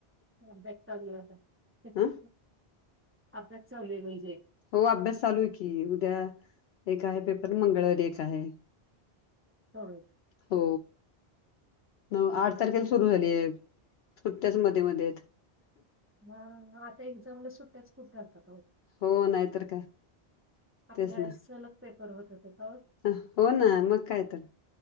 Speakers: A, on the right; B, on the left.
A: अभ्यास चालू <unintelligible>
B: ह
A: अभ्यास चालूय, म्हणजे
B: हो, अभ्यास चालूय की. उद्या, एक आहे पेपर. मंगळवारी एक आहे.
A: होय.
B: हो. नव
A: हम्म.
B: -आठ तारखेला सुरू झालीय. सुट्ट्याच, मध्ये- मध्येयत.
A: ह. आता एक्झामला, सुट्ट्याच खूप राहतात, ओ.
B: हो, नाहीतर काय.
A: आपल्या
B: तेच
A: वेळेस,
B: ना
A: सलग पेपर होत होते. <unintelligible>
B: अ <unintelligible> हो, ना. मग काय तर?